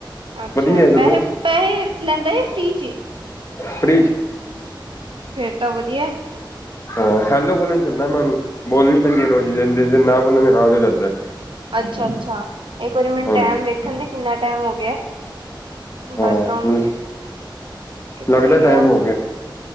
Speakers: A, on the right (about 85°); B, on the left (about 35°).
A: ਅੱਛਾ
B: ਵਧੀਆ ਚਲੋ
A: ਪੈਸੇ ਪੈਸੇ ਲੈਂਦਾ ਜਾ ਫਰੀ ਵਿਚ?
B: ਫਰੀ ਵਿੱਚ।
A: ਫੇਰ ਤਾਂ ਵਧੀਆ।
B: ਹਾਂ ਹੈਲੋ ਬੋਲਣ ਚੱਲਾ ਮੈਂ ਉਹਨੂੰ ਬੋਲਣੀ ਪੈਂਦੀ ਹੈ ਰੋਜ਼ ਜਿਸ ਦਿਨ ਨਾ ਬੋਲਾਂ ਫੇਰ ਨਾਰਾਜ਼ ਹੋ ਜਾਂਦਾ।
A: ਅੱਛਾ ਅੱਛਾ ਇੱਕ ਵਾਰੀ ਮੈਨੂੰ
B: ਹਾਂਜੀ
A: ਟੈਮ ਵੇਖਣ ਦੇ ਕਿੰਨਾ ਟੈਮ ਹੋ ਗਯਾ ਹੈ।
B: ਹਾਂ
A: ਬਸ ਦੋ ਮਿੰਟ, ਕਿੱਥੇ
B: ਲੱਗਦਾ
A: ਗਿਆ।
B: ਟਾਈਮ ਹੋ